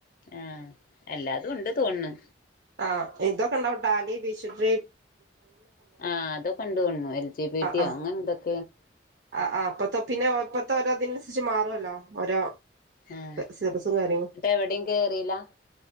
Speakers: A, on the left; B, on the right.
A: ആഹ എല്ലാതും ഉണ്ട് തോന്നു
B: ആഹ് ഇതൊക്കെ ഇണ്ടാവും ഡാലി ഭീഷട്രി
A: ആഹ അതൊ കൊണ്ടുവോു എൽ ജി ബി
B: ആ
A: ിയോ
B: ആ
A: അങ്ങനെ ഇതൊെ
B: ആ ആ അപ്പത്തെ പിന്നെ ഒപ്പത്തെ രോ അതിനനുസരിച്ച് മാറുവല്ലോ ഓരോ
A: ആ
B: സിിലപ്പസും കാര്യങ്ങളും
A: എന്നിട്ട് എവിടെയും കേറില്ല